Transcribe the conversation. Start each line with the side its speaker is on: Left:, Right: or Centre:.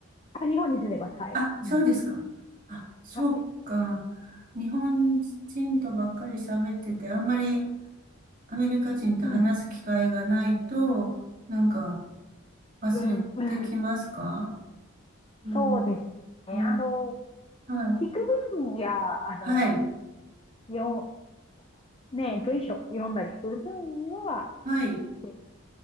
Left: あ、日本に住んでます。はい。
Right: あ、そうですか。
Left: うん。
Right: あ、そうか。
Left: はい。
Right: 日本人とばっかり喋ってて、あんまりアメリカ人と話す機会がないと、
Left: うん、
Right: なんか忘れてきますか
Left: うん、うん。
Right: うん。
Left: そうですね。
Right: うん。
Left: あの、
Right: はい。
Left: 聞く分や、あの、
Right: はい。
Left: よ、ね、文章読んだりする分には、
Right: はい。
Left: え